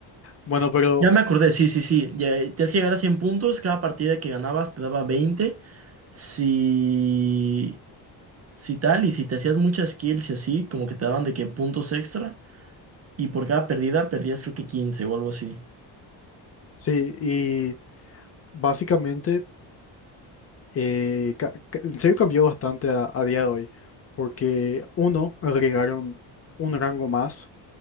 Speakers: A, on the left; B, on the right.
A: Bueno, pero
B: Ya me acordé, sí, sí, sí. Ya, eh, tienes que llegar a 100 puntos, cada partida que ganabas te daba veinte Si, si tal, y si te hacías muchas kills y así, como que te daban de que puntos extra. Y por cada pérdida perdías creo que 15 o algo así.
A: sí, y básicamente, eh, ca- ca- en serio cambió bastante a, a día de hoy, porque uno, agregaron un rango más,